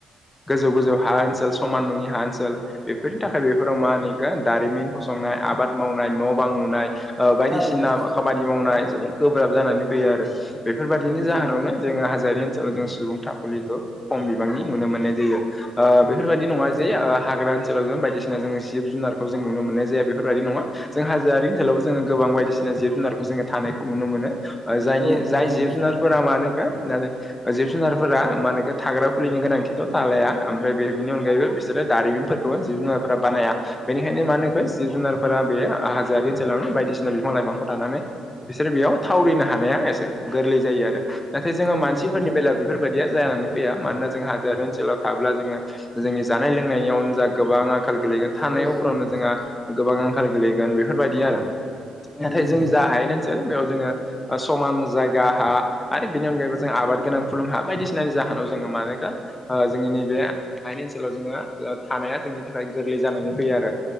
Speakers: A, on the left; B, in the centre.
A: गोजौ गोजौ हा ओनसोल समान नङि हा ओनसोल बेफोरनि थाखाय बेफोराव मा होनो इखो दारिमिन फसं संनाय आबाद मावनाय न' बां लुनाय ओ बायदिसिना
B: थारैनो नोंथां
A: खामानि मावनाय जोबोद गोब्राब जानानै फैयो आरो बेफोरबायदिनि
B: नंगौ नोंथां
A: जाहोनावनो
B: नंगौ
A: जोङो हाजोआरि ओन जों सुबुं थाखुलिखौ खम बिबांनि नुनो मोननाय जायो। ओ बेफोरबायदि
B: नंगौ नोंथां
A: नङा
B: नंगौ
A: जे हाग्रा ओनसोलाव जों बायदिसिना जों जिब जुनारखौ जों नुनो मोननाय जाया। बेफोरबायदि नङा‌। जों हाजोआरि ओनसोलावबो जोङो गोबां बायदिसिना जिब जुनारखौ जोङो थानायखौ नुनो मोनो। जायनि
B: औ नोंथां
A: जाय जिब
B: औ
A: जुनारफोरा मा होनो जिब जुनारफोरा मानेथ थाग्रा खुलिनि गोनांथिथ' थालाया ओमफ्राय बे बिनि अनगायैबो बिसोरो दारिमिनफोर जिब जुनाफोरा बानाया बेनिखायनो मानोखौ जिब जुनारफोरा बे हाजोआारि ओनसोलावनो बायदिसिना बिफां लाइफांखौ थानानै बिसोर बेयाव थावरिनो हानाया एसे गोरलै जायो आरो। नाथाय जोंङो
B: औ
A: मानसिफोरनि
B: नोंथां थारैनो
A: बेलायाव बेफोरबायदिया जानानै फैया मानोना जों हादोआरि ओनसोलाव थाब्ला जोङो जोंनि जानाय लोंनाय यावनो जा गोबां आंखाल गोलैगोन। थानाय
B: औ औ
A: फोरावनो
B: नोंथां
A: जोंहा गोबां आंखाल गोलैगोन बेफोरबायदि आरो
B: औ
A: नाथाय
B: नोंथां
A: जोंनि
B: औ
A: जा हायनो सै बेयाव जोङो समान जायगा हा। आरो बेनि अनगायैबो जों आबाद गोनां फुलुंखा बायदिसिनानि जाहोनाव जोङो मानो जोंनि नैबे हायेन ओनसोलाव जोङो थानाया जोंनि थाखाय गोरलै जानानै फैयो आरो।